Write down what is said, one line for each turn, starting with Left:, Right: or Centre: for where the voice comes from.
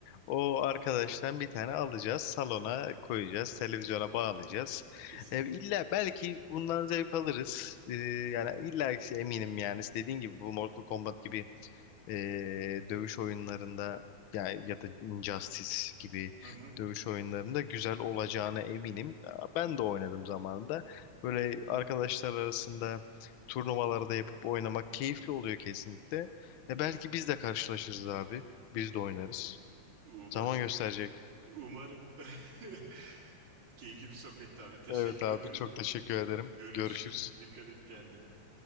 Left: o arkadaştan bir tane alacağız, salona koyacağız, televizyona bağlayacağız.
Right: kesinlikle.
Left: E, illa belki bundan zevk alırız. E, yani illa ki eminim yani dediğin gibi bu Mortal Kombat gibi e, dövüş oyunlarında yani ya da Injustice gibi
Right: Hı hı.
Left: dövüş oyunlarında güzel olacağına eminim. Ben de oynadım zamanında. Böyle arkadaşlar arasında turnuvalarda yapıp oynamak keyifli oluyor kesinlikle. E belki biz de karşılaşırız abi. Biz de oynarız.
Right: Umarım.
Left: Zaman gösterecek.
Right: Umarım. <laughs> Keyifli bir sohbetti abi. Teşekkür
Left: Evet abi
Right: ederim.
Left: çok teşekkür ederim.
Right: Görüşürüz.
Left: Görüşürüz.
Right: Dikkat et kendine.